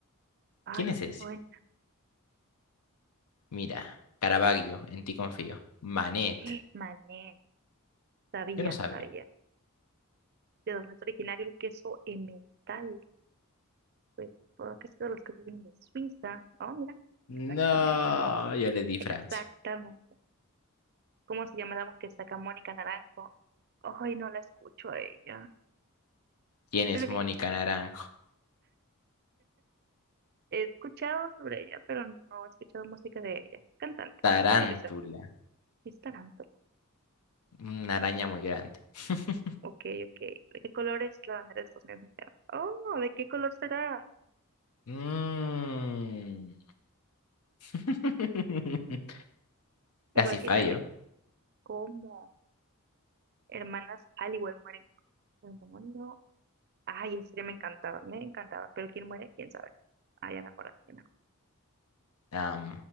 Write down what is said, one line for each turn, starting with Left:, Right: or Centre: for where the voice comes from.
Right: Ay,
Left: ¿Quién
Right: me
Left: es ese?
Right: suena.
Left: Mira, Caravaggio, en ti confío. Manet.
Right: <gasps> Mané, sabía,
Left: Yo no sabía.
Right: sabía. ¿De dónde es originario el queso emmental? Pues, todo que es de los quesos vienen de Suiza. Oh, mira, exactamente.
Left: No, yo le di
Right: Exactamente.
Left: Francia.
Right: ¿Cómo se llama la que saca Mónica Naranjo? Ay, no la escucho a ella.
Left: ¿Quién es
Right: Pero di-
Left: Mónica Naranjo?
Right: he escuchado sobre ella, pero no he escuchado música de ella. Cantante,
Left: Tarántula,
Right: todo lo que sea. Es tarántula.
Left: una araña muy grande. <laughs>
Right: Ok, ok. ¿De qué color es la bandera de Estados Unidos mexicanos? Oh, ¿de qué color será?
Left: Mm. <laughs>
Right: Igual
Left: Casi
Right: que
Left: fallo.
Right: Italia. ¿Cómo? Hermanas al igual mueren con el demonio. Ay, esa serie me encantaba, me encantaba. Pero ¿quién muere? ¿Quién sabe? Ah, ya me acuerdo, ya me acuerdo.
Left: Am,